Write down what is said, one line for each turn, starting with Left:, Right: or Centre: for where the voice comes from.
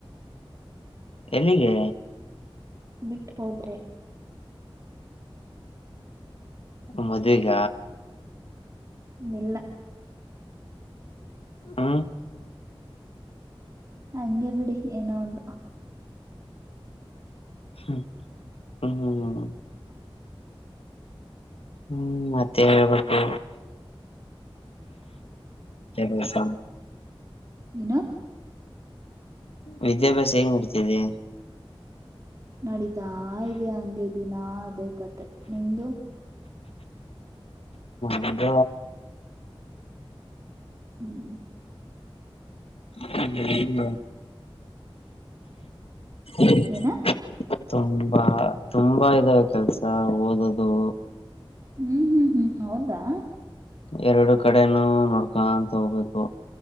Left: ಎಲ್ಲಿಗೆ
Right: ಬಿಟ್ಟ ಹೋದ್ರೆ
Left: ಮದುವಗ
Right: ಇಲ್ಲ
Left: ಹ್ಮ
Right: ಹಂಗೆ ಬಿಡಿ ಏನೋ ಒಂದು
Left: ಹ್ಮ ಹ್ಮ ಹ್ಮ್ ಮತ್ತೆ ಹೇಳ್ಬೇಕು ಮೆಸ
Right: ಏನು
Left: ವಿಿದ್ಯಾಭ್ಯಾಸ ಮುಡತಿದೆ
Right: ನಡೀತಾ ಇದೆ ಹಂಗೆ ದಿನಾ ಅದೇ ಕತೆ ನಿಮ್ದು
Left: ಹದ
Right: ಹ್ಮ್
Left: ಹ ಹ
Right: ಏನ
Left: ತುಂಬಾ ತುಂಬಾ ಇದಾವ ಕೆಲ್ಸ ಓದದು
Right: ಹ್ಮ್ ಹ್ಮ್ ಹ್ಮ್ ಹೌದಾ
Left: ಎರಡು ಕಡೆನೂ ನೋಡ್ಕ ಅಂತ ಹೋಗ್ಬೇಕು